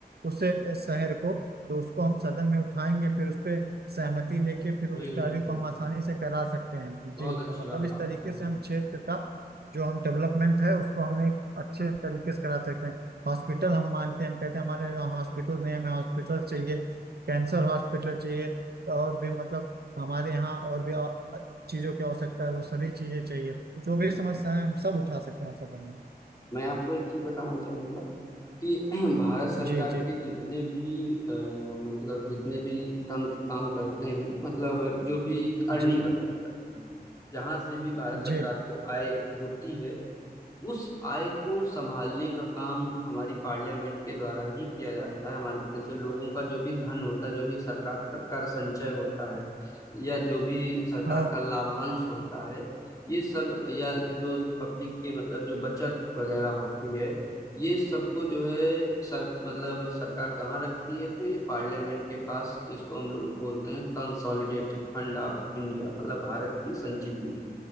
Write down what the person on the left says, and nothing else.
बिल्कुल
बहुत
अच्छी
बात
आप
कह रहे
हैं
मैं आपको एक चीज बताना चाहूंगा कि <clears throat> भारत सरकार
के जितने भी आ, मतलब जितने भी तंत्र काम करते हैं मतलब जो भी अर्निंग
का काम करते हैं जहाँ से भी भारत सरकार
को आय होती है उस आय को संभालने का काम हमारी पार्लियामेंट के द्वारा ही किया जाता है हमारे जैसे लोगों का जो भी धन होता है जो भी सरकार का कर संचय होता है या जो भी सरकार
का लाभांश होता है ये सब या जो पब्लिक के मतलब जो बचत वगैरह होती है ये सबको जो है सर मतलब सरकार कहाँ रखती है तो ये पार्लियामेंट के पास जिसको हम लोग बोलते हैं कंसोलिडेटेड फंड ऑफ इंडिया मतलब भारत की संचित निधि